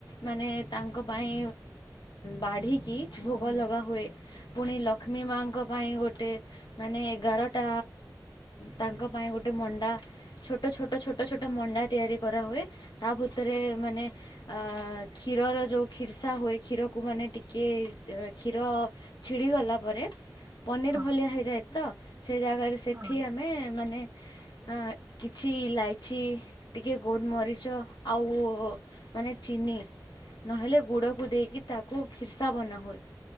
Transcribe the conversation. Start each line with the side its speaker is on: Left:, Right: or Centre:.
Left: ମାନେ ତାଙ୍କ ପାଇଁ ବାଢ଼ିକି ଭୋଗ
Right: ହୁଁ,
Left: ଲଗା ହୁଏ। ପୁଣି ଲକ୍ଷ୍ମୀ ମାଙ୍କ ପାଇଁ ଗୋଟେ। ମାନେ ଏଗାରଟା ତାଙ୍କ ପାଇଁ ଗୋଟେ ମଣ୍ଡା ଛୋଟ ଛୋଟ ଛୋଟ ଛୋଟ ମଣ୍ଡା ତିଆରି କରାହୁଏ ତା ଭିତରେ ମାନେ କ୍ଷୀରର ଯେଉଁ କ୍ଷୀର୍ସା ହୁଏ କ୍ଷୀରକୁ ମାନେ ଟିକିଏ କ୍ଷୀର ଛିଡିଗଲା ପରେ। ପନିର
Right: ହଁ,
Left: ଭଳିଆ ହେଇଯାଏ ତ ସେ ଜାଗାରେ ସେଠି
Right: ହଁ,
Left: ଆମେ ମାନେ ହଁ କିଛି ଇଲାଇ ଚି ଟିକେ ଗୋଲମରିଚ ଆଉ ମାନେ ଚିନି। ନହେଲେ ଗୁଡକୁ ଦେଇକି ତାକୁ ଖିର୍ଷା ବନା ହୁଏ